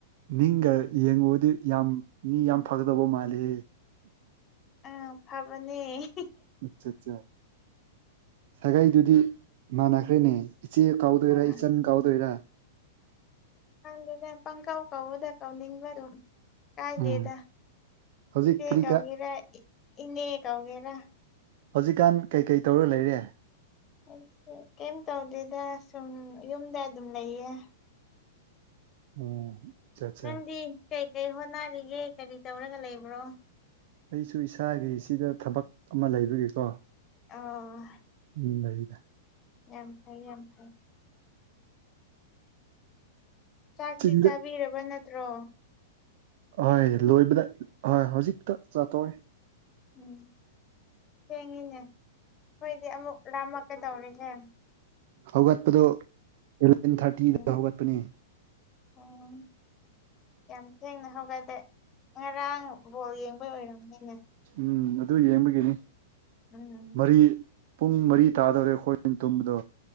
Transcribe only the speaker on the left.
ꯑꯥ ꯐꯕꯅꯦ
ꯑꯥ
ꯍꯅꯦ ꯄꯪꯀꯥꯎ ꯀꯥꯎꯕꯗ ꯀꯥꯎꯅꯤꯡꯉꯥꯔꯣꯏ ꯀꯥꯏ
ꯗꯦꯗꯥ
ꯏꯆꯦ
ꯀꯎꯒꯦꯔ ꯏꯅꯦ ꯀꯎꯒꯦꯔ
ꯑꯩꯁꯦ ꯀꯩꯝ ꯇꯧꯗꯦꯗ ꯁꯨꯝ ꯌꯨꯝꯗ ꯑꯗꯨꯝ ꯂꯩꯌꯦ
ꯅꯪꯗꯤ ꯀꯩꯀꯩ ꯍꯣꯠꯅꯔꯤꯒꯦ ꯀꯔꯤ ꯇꯧꯔꯒ ꯂꯩꯕ꯭ꯔꯣ
ꯑꯣ
ꯌꯥꯝ ꯐꯩ ꯌꯥꯝ ꯐꯩ ꯆꯥꯛꯇꯤ
ꯆꯥꯕꯤꯔꯕ ꯅꯠꯇ꯭ꯔꯣ
ꯎꯝ ꯊꯦꯡꯉꯤꯅꯦ ꯑꯩꯈꯣꯏꯗꯤ ꯑꯃꯨꯛ ꯂꯥꯝꯃꯀ ꯇꯧꯔꯦ ꯍꯦ
ꯎꯝ
ꯎꯝ ꯌꯥꯝ ꯊꯦꯡꯅ ꯍꯧꯒꯠꯂꯦ ꯉꯔꯥꯡ ꯕꯣꯜ ꯌꯦꯡꯕꯩ ꯑꯣꯏꯔꯝꯅꯤꯅꯦ
ꯎꯝ